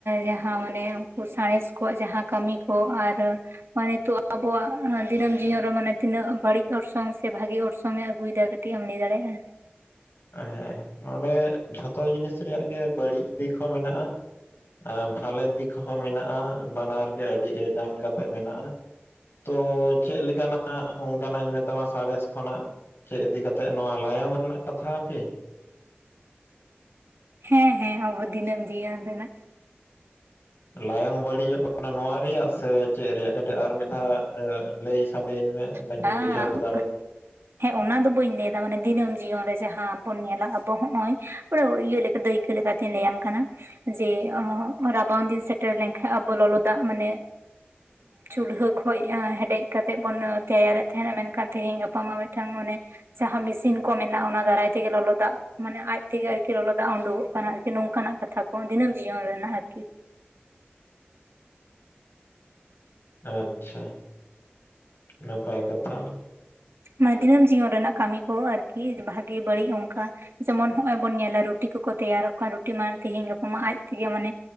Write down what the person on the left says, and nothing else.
ᱳ ᱦᱮᱸ ᱱᱚᱸᱰᱮ ᱡᱷᱚᱛᱚ ᱡᱤᱱᱤᱥ ᱨᱮᱭᱟᱜ ᱜᱮ ᱵᱟᱹᱲᱤᱡ ᱫᱤᱠ ᱦᱚᱸ ᱢᱮᱱᱟᱜᱼᱟ᱾ ᱟ ᱵᱷᱟᱞᱮ ᱫᱤᱠ ᱦᱚᱸ ᱢᱮᱱᱟᱜᱼᱟ ᱵᱟᱱᱟᱨ ᱜᱮ ᱟᱹᱰᱤ ᱟᱹᱭᱫᱟᱱ ᱠᱟᱛᱮᱜ ᱢᱮᱱᱟᱜᱼᱟ ᱾ ᱛᱚ ᱪᱮᱜ ᱞᱮᱠᱟᱱᱟᱜ ᱚᱱᱠᱟᱱᱟᱜ ᱤᱧ ᱢᱮᱛᱟᱢᱟ ᱥᱟᱸᱬᱮᱥ ᱠᱷᱚᱱᱟᱜ? ᱪᱮᱫ ᱤᱫᱤᱠᱟᱛᱮᱜ ᱱᱚᱣᱟ ᱞᱟᱭᱚᱝ ᱨᱮᱱᱟᱜ ᱠᱟᱛᱷᱟ ᱠᱤ?
ᱞᱟᱭᱚᱝ ᱵᱟᱹᱲᱤᱡᱚᱜ ᱠᱟᱱᱟ ᱱᱚᱣᱟ ᱨᱮᱭᱟᱜ ᱥᱮ ᱪᱮᱫ ᱨᱮᱭᱟᱜ ᱠᱟᱹᱴᱤᱡ ᱟᱨ ᱢᱤᱫ ᱫᱷᱟᱣ ᱞᱟᱹᱭ ᱥᱟᱰᱮ ᱟᱹᱧ ᱢᱮ᱾ ᱵᱟᱹᱧ
ᱵᱩᱡᱷᱟᱹᱣ ᱫᱟᱲᱮᱭᱟᱫᱟ
ᱟᱪᱪᱷᱟ, ᱱᱟᱯᱟᱭ ᱠᱟᱛᱷᱟ᱾